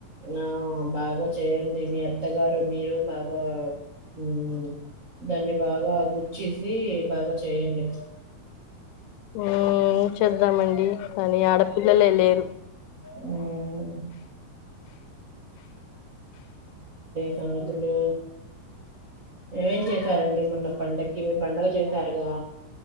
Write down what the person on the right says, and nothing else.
ఆ బాగా చేయండి మీ అత్తగారు మీరు బాగా ఉమ్ దాన్ని బాగా గుచ్చేసి బాగా చేయండి
హ్మ్. సంగ లు ఏమేం చేశారండి మొన్న పండకి పండుగ చేశారుగా